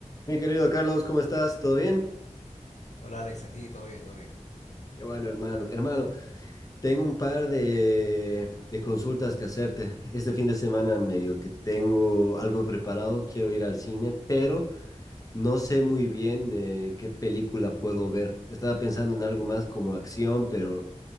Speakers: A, on the left; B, on the left.
A: Mi querido Carlos, ¿cómo estás? ¿Todo bien?
B: Hola Alex, aquí todo bien, todo bien.
A: Qué bueno, hermano. Hermano, tengo un par de, de consultas que hacerte. Este fin de semana medio que tengo algo preparado, quiero ir al cine, pero no sé muy bien eh, qué película puedo ver. Estaba pensando en algo más como acción, pero...